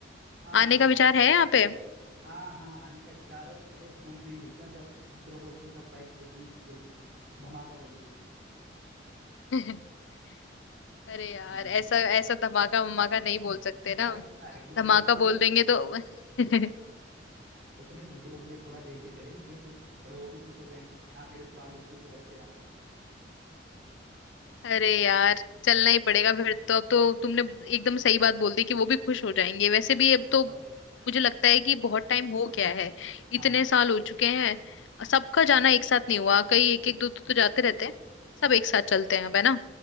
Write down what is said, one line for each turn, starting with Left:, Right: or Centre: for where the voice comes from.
Right: हाँ
Left: आने
Right: हाँ
Left: का विचार है यहाँ पे
Right: हाँ हाँ आने का विचार है तो चलो स्कूल में ही मिलते हैं सब टीचरों को एक दिन सरप्राइज देते हैं स्कूल में धमाका बोल देते
Left: <laughs> अरे
Right: हैं
Left: यार
Right: हाँ
Left: ऐसा ऐसा धमाका वमाका नहीं बोल सकते ना
Right: अरे अरे कुछ
Left: धमाका
Right: नहीं टीचरों
Left: बोल देंगे तो <laughs>
Right: कुछ नहीं टीचरों के लिए थोड़ा लेके चलेंगे गिफ्ट थोड़े वो भी खुश हो जाएंगे कि हाँ मेरे पुराने स्कूल के बच्चे आए हैं।
Left: अरे यार चलना ही पड़ेगा फिर तो अब तो तुमने एकदम सही बात बोल दी कि वो भी खुश हो जाएंगे वैसे भी अब तो
Right: और
Left: मुझे
Right: क्या
Left: लगता है कि बहुत टाइम हो गया है
Right: हाँ
Left: इतने साल हो चुके हैं सबका जाना एक साथ नहीं हुआ कई एक एक दो दो तो जाते रहते हैं सब एक साथ चलते हैं अब है ना